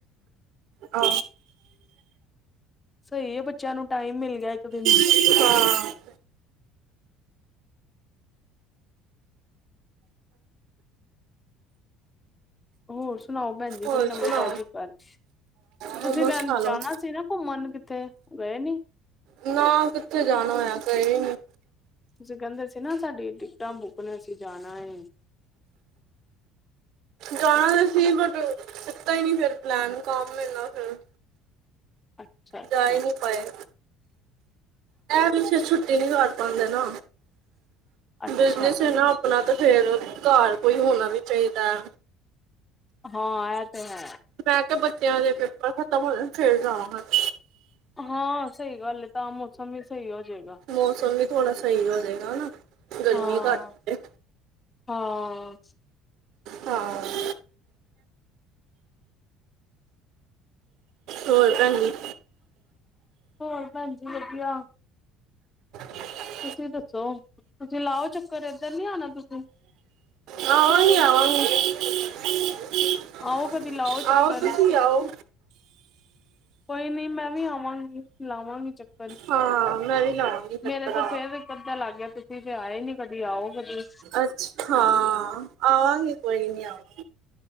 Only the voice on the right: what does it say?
ਆ
ਹਾਂ।
ਹੋਰ
ਸੁਣਾਓ
ਮੋਮੋਸ
ਖਾ ਲਓ
ਨਾ ਕਿੱਥੇ ਜਾਣਾ ਹੋਇਆ, ਗਏ ਈ ਨੀ।
ਜਾਣਾ ਤੇ ਸੀ ਬਟ ਕਿੱਤਾ ਹੀ ਨਹੀਂ ਫੇਰ ਪਲੈਨ, ਕੰਮ ਇੰਨਾ ਫਿਰ।
ਜਾ ਹੀ ਨਹੀਂ ਪਾਏ ਇਹ ਵਿੱਚੇ ਛੁੱਟੀ ਨੀ ਕਰ ਪਾਉਂਦੇ ਨਾ,
ਬਿਜਨਸ ਏ ਨਾ ਆਪਣਾ, ਤੇ ਫੇਰ ਘਰ ਕੋਈ ਹੋਣਾ ਵੀ ਚਾਹੀਦਾ।
ਮੈਂ ਕਿਹਾ ਬੱਚਿਆਂ ਦੇ ਪੇਪਰ ਖਤਮ ਹੋ ਜਾਣ ਫਿਰ ਜਾਵਾਂਗੇ
ਮੌਸਮ ਵੀ ਥੋੜਾ ਸਹੀ ਹੋ ਜਾਏਗਾਾ, ਗਰਮੀ
ਘੱਟ ਜੇ
ਹਾਂ। ਹੋਰ ਭੈਣ ਜੀ।
ਜ
ਆਵਾਂਗੀ-ਆਵਾਂਗੀ।
<unintelligible>
ਆਓ ਤੁਸੀਂ ਆਓ।
ਹਾਂ ਮੈਂ ਵੀ ਲਾਵਾਂਗੀ ਚੱਕਰ
ਆਵਾਂ
ਅੱਛ ਹਾਂ ਆਵਾਂਗੀ ਕੋਈ ਨੀ ਆਵਾਂਗੀ।